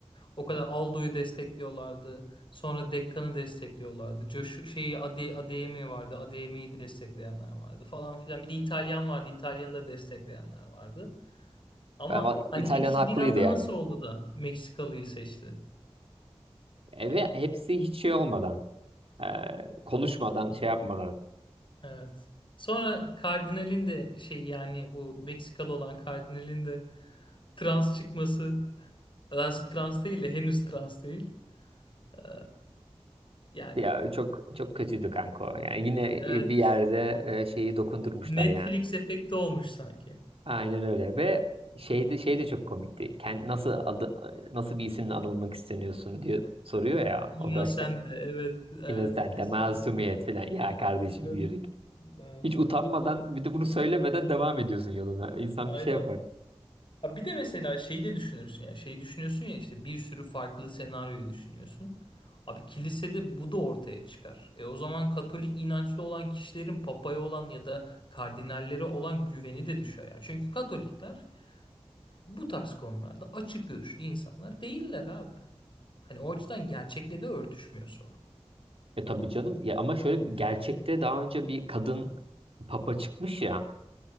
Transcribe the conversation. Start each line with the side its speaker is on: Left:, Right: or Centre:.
Left: O kadar Aldo'yu destekliyorlardı. Sonra Dekkan'ı destekliyorlardı. Josh şeyi Ade Adeyemi vardı. Adeyemi'yi destekleyenler vardı falan filan. Bir de İtalyan vardı. İtalyan'ı da destekleyenler vardı. Ama
Right: Ben va-
Left: hani
Right: İtalyan
Left: hepsi
Right: haklıydı
Left: bir anda
Right: yani.
Left: nasıl oldu da Meksikalıyı seçti?
Right: E, ve hepsi hiç şey olmadan, e, konuşmadan, şey yapmadan.
Left: Evet. Sonra kardinalin de şey yani bu Meksikalı olan kardinalin de trans çıkması. Daha trans değil de henüz trans değil. Ee, yani
Right: Ya çok çok kötüydü kanka. o. Yani yine
Left: evet
Right: bir yerde e, şeyi dokundurmuşlar
Left: Netflix
Right: yani.
Left: efekti olmuş sanki.
Right: Aynen öyle ve şey de şey de çok komikti. Kend, nasıl adı e, nasıl bir isimle anılmak isteniyorsun diye soruyor ya.
Left: Innocent
Right: O da işte
Left: de evet evet
Right: Innocent,
Left: kesinlikle.
Right: masumiyet falan. Ya kardeşim
Left: Evet.
Right: yürü.
Left: Evet.
Right: Hiç utanmadan bir de bunu söylemeden devam ediyorsun yoluna. İnsan
Left: Aynen.
Right: bir şey yapar.
Left: Ha bir de mesela şeyi de düşünürsün yani şeyi düşünüyorsun ya işte bir sürü farklı senaryoyu düşünüyorsun. Abi kilisede bu da ortaya çıkar. E o zaman Katolik inançlı olan kişilerin papaya olan ya da kardinallere olan güveni de düşer yani. Çünkü Katolikler bu tarz konularda açık görüşlü insanlar değiller abi. Hani o açıdan gerçekle de örtüşmüyor sonu.
Right: E tabii canım. Ya ama şöyle gerçekte daha önce bir kadın papa çıkmış ya.